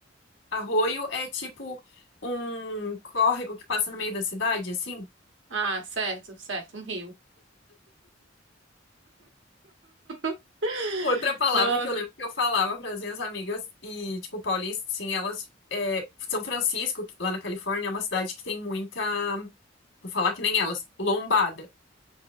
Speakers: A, on the left; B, on the right.
A: Arroio é tipo um córrego que passa no meio da cidade, assim.
B: Ah, certo, certo, um rio. <laughs>
A: Outra palavra
B: Nossa,
A: que eu lembro que eu falava para as minhas amigas, e, tipo, paulista, sim, elas. é, São Francisco, que lá na Califórnia, é uma cidade que tem muita. Vou falar que nem elas, lombada.